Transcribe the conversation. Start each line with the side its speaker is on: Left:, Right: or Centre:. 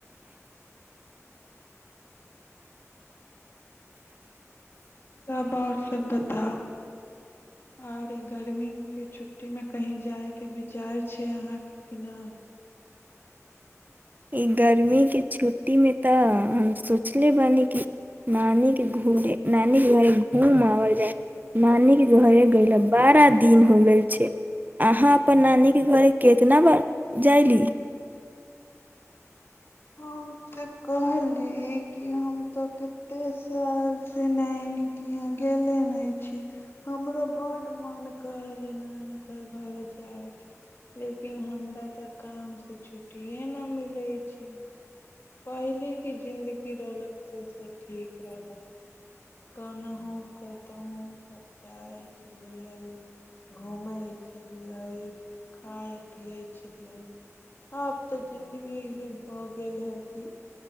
Left: तब आर सभ बताउ ओर ई गर गर्मी छुट्टीमे कही जाइके विचार छै अहाँके कि नहि
Right: ई गर्मीके छुट्टीमे तऽ हम सोचले बानी कि नानी के घुमे नानी के घरे घूम आबल जाय नानीके घरे गैइला बरा दिन हो गेल छै अहाँ अपन नानीके घरे केतना बार जइली
Left: हम तऽ कहली कि हम तऽ कतेक साल से नैनी के यहाँ गेले नहि छी हमरो बड मन कऽ रलहे नानी के घर जाय के लेकिन हमरा तऽ काम सँ छुट्टीेये न मिले छै पहिले कऽ जिंन्दगी रहलक तऽ से ठीक रहलक कनहु कतहुँ सब जाए छलियै घूमैय छलियै खाय पिय छलियै आब तऽ जिंन्दगी इहे भऽ गेल हें कि